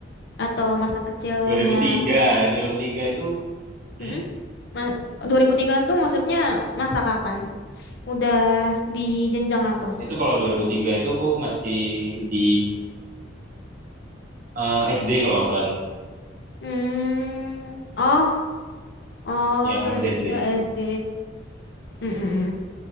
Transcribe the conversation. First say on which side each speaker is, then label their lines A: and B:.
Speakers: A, on the left (about 60°); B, on the right (about 45°).
A: atau masa kecilnya,
B: 2003, 2003 itu, hmm,
A: mm-mm. Ma- 2003 tuh maksudnya masa kapan? Udah di jenjang apa?
B: itu kalau 2003 itu aku masih di eh, SD kalau nggak salah deh.
A: Hmm, oh, oh
B: Ya
A: 2003
B: masih SD.
A: SD. Mm-mm.